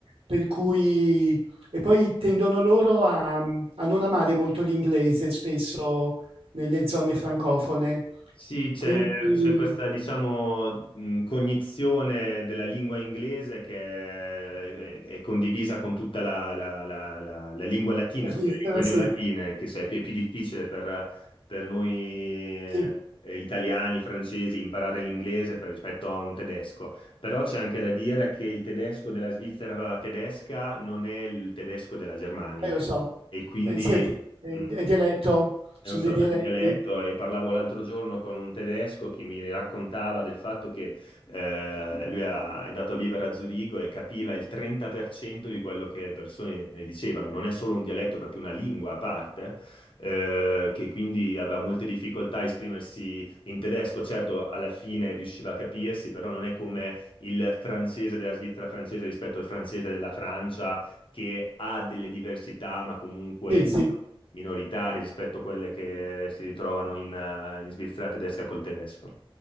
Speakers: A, on the right; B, on the left.
A: per cui... E poi tendono loro a, a non amare molto l'inglese spesso nelle zone francofone.
B: Sì, c'è
A: Quindi
B: c'è questa, diciamo, mh, cognizione della lingua inglese che è, è- è condivisa con tutta la, la- la- la- la lingua latina,
A: la
B: tutte
A: Svizzera,
B: le lingue neolatine,
A: sì,
B: che se- è più, è più difficile per, per noi eh,
A: sì.
B: italiani, francesi, imparare l'inglese per- rispetto a un tedesco. Però c'è anche da dire che il tedesco della Svizzera tedesca non è il tedesco della Germania
A: Eh, lo so.
B: e quindi...
A: Eh, senti, eh,
B: mm.
A: è è dialetto, sono
B: È una sorta
A: dei dialetti.
B: di dialetto e parlavo l'altro giorno con un tedesco che mi raccontava del fatto che eh, lui ha- è andato a vivere a Zurigo e capiva il 30% di quello che le persone eh, dicevano. Non è solo un dialetto, è proprio una lingua a parte, eh, che quindi aveva molte difficoltà a esprimersi in tedesco. Certo, alla fine riusciva a capirsi, però non è come il francese della Svizzera francese rispetto al francese della Francia che ha delle diversità, ma comunque
A: Sì, sì.
B: minoritarie rispetto a quelle che si ritrovano in, eh, in Svizzera tedesca col tedesco.